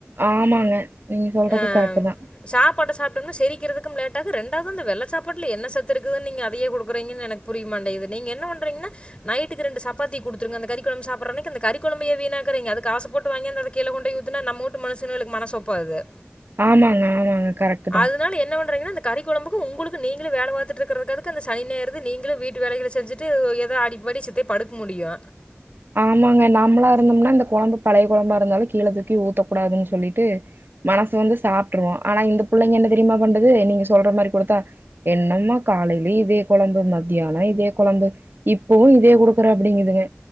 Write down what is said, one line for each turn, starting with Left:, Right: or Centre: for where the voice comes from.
Right: ஆமாங்க நீங்க சொல்றது
Left: ஆ
Right: கரெக்ட்டு தான்.
Left: சாப்பாட்ட சாப்ட்டம்னா செரிக்கறதுக்கும் லேட்டாகு ரெண்டாவது அந்த வெள்ள சாப்பாட்டுல என்ன சத்து இருக்குதுன் நீங்க அதயே குடுக்கறீங்கன் எனக் புரியமாட்டிங்குது நீங்க என்ன பண்றீங்னா நைட்டுக்கு ரெண்டு சப்பாத்தி குடுத்துருங்க அந்த கறி கொழம்பு சாப்பற்ற அன்னிக்கு அந்த கறி கொழம்பு ஏன் வீணாக்கறீங்க அது காசு போட்டு வாங்கியாந்து கீழ கொண்டி போய் ஊத்னா நம்ம வூட்டு மனுசங்களுக்கு மனசு ஒப்பாதுக
Right: ஆமாங்க, ஆமாங்க. கரெக்ட்டு தான்.
Left: அதுனால என்ன வண்றீங்னா இந்த கறிகொழம்புக்கு உங்குளுக்கு நீங்களே வேல பாத்துட்ருக்கற்துக்கு அதுக்கு அந்த சனி ஞாயிருது நீங்களே வீட்டு வேலைகள செஞ்சுட்டு எதோ ஆடிப்பாடி சித்தே படுக்க முடியு
Right: ஆமாங்க நம்மளா இருந்தோம்னா இந்த கொழம்பு பழைய கொழம்பா இருந்தாலு கீழ தூக்கி ஊத்தக்கூடாதுன் சொல்லிட்டு மனசு வந்து சாப்ட்ருவோ ஆனா இந்த புள்ளைக என்ன தெரிமா பண்ணுது நீங்க சொல்ற மாரி குடுத்தா என்னம்மா காலைலியு இதே கொழம்பு மத்யானோ இதே கொழம்பு இப்பவு இதே குடுக்குற அப்டிங்குதுங்க